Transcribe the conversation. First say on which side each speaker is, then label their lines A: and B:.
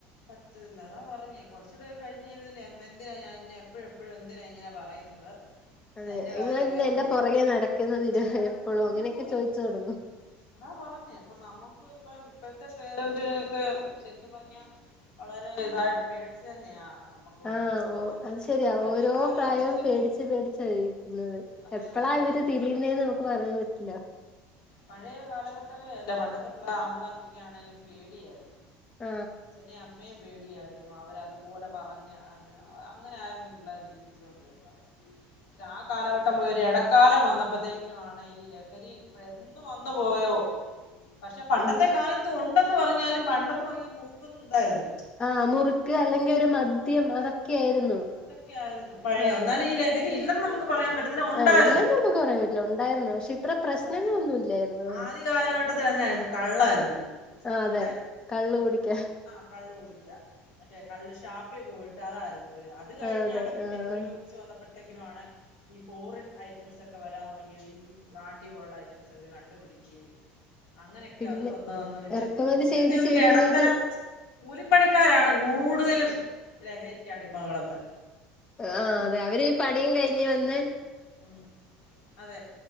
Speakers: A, on the left; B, on the left.
A: പറ്റുന്നത അതാ പറഞ്ഞേ കുറച്ചുടെയൊക്കെ കഴിഞ്ഞ് കഴിയുമ്പ <unintelligible> എന്തിന ഞൻ എപ്പൊഴും എപ്പൊഴും എന്തിനാ ഇങ്ങനെ പറയുന്നത്
B: അതെ
A: എന്റെ കരയമൊക്കെ
B: ഇങ്ങളെന്നെ എന്റെ പുറകെ നടക്കുന്നത്
A: <unintelligible>
B: ഇരു
A: നടക്കുന്നതെന്ന്
B: എപ്പളും അങ്ങനെയൊക്കെ
A: ചോദിക്കും
B: ചോദിച്ചു തുടങ്ങും
A: അതാ പറഞ്ഞേ അപ്പൊ നമ്മുക്ക് ഇപ്പം ഇപ്പഴ്ത്തെ പെര <unintelligible> ശെരിക്കും പറഞ്ഞ വളരെ ഇതായിട്ട് പേടിച്ച് തന്നെയാ നമുക്ക് മുമ്പോട്ട്
B: ആഹ് ഓ
A: പോകാൻ പറ്റത്തുള്ളൂ
B: അത് ശരിയാ
A: പഴയ
B: ഓരോ
A: കാലഘട്ടത്തിലൊക്കെ
B: പ്രായവും പേടിച്ച്
A: ആണെങ്കി
B: പേടിച്ചാ ഇരിക്കുന്നത്
A: അതെ
B: എപ്പളാ
A: അതെ പണ്ടത്തെ
B: ഇവര് തിരിയുന്നേന്ന് നമുക്ക് പറയാൻ പറ്റില്ല
A: പഴയ കാലഘട്ടവേ അല്ലേ പണ്ടത്തെ പിള്ള ആൺപിള്ളേർക്കൊക്കെ ആണേലും പേടിയായിരുന്നു
B: ആ
A: നെ അമ്മയേ പേ ടിയായിരുന്നു അവര അതുപോലെ പറഞ്ഞ് അങ്ങനെ ആയിരുന്നു പിള്ളേർ ജീവിച്ചുണ്ടിരുന്നത് ആ കാലഘട്ടം പോ ഇടക്കാലം വന്നപ്പോത്തേക്കിനു ആണ് ഈ ലഹരി എന്ന വന്നു പോയോ പക്ഷെ പണ്ടത്തെ
B: ഉം
A: കാലത്ത ഉ വണ്ടെന്ന് പറഞ്ഞാലും പണ്ടെന്നേ പറഞ്ഞാൽ മുറ ണ്ടായിരിന്നു
B: ആ മുറുക്ക് അല്ലെങ്കി ഒരു മദ്യം അതൊക്കെയായിരുന്നു
A: അതൊക്കെയ ആയിരുന്നു പഴയ
B: ആഹ്
A: എന്നാലും ഈ ലഹരി
B: ഉം
A: ഇല്ലെന്ന് നമുക്ക് പറയാൻ പറ്റത്തി ഉണ്ടായിരുന്നു
B: ആഹ് ഇല്ലെന്ന് നമുക്ക് പറയാൻ പറ്റില്ല ഉണ്ടായിരുന്നു പക്ഷെ ഇത്ര
A: ചെറുപ്പം
B: പ്രശ്നങ്ങളൊന്നും
A: തൊട്ടെ
B: ഇല്ലായിരുന്നു
A: ആദ്യ കാലഘട്ടത്തി തന്നൊയിരുന്നു കള്ളായിരുന്നു
B: ആഹ്
A: നമ്മുടെ
B: അതെ കള്ള് കുടിക്കാൻ
A: ആ കള്ള് കുടിക്ക മറ്റേ കള്ള് ഷാപ്പി പോയിട്ട് അതാരുന്നു ഒരു അത് കഴിഞ്ഞാണ്
B: ആഹ് അതെ
A: പിന്നെ
B: ആഹ്
A: പുരോഗമിച്ചു
B: ആഹ്
A: വന്നട്ടത് ട്ടക്കിനു ആണ് ഈ ഫോറിൻ ഐറ്റംസ് ഒക്കെ വരാൻ തുടങ്ങിയത് ഈ ബ്രാണ്ടി പോലുള്ള ഐറ്റംസ് അവര് കണ്ടുപിടിക്കുകയും അങ്ങനെയൊക്കെ
B: പിന്നെ
A: അത് വന്നന്നു പിന്നെ
B: റെക്കമെന്റ്
A: പിന്നത്തെ
B: ചെയ്ത്
A: ഒരു
B: ചെയ്ത്
A: ഇടത്തരം
B: ചെയ്ത്
A: കൂലിപ്പണി ക്കാരാണ് ഗൂൺ ടുതലും ലഹരിക്കടിമ മങ്ങളന്ന്
B: ആ ആ അതെ അവരീ പണീം കഴിഞ്ഞ് വന്ന്
A: ഉം അതെ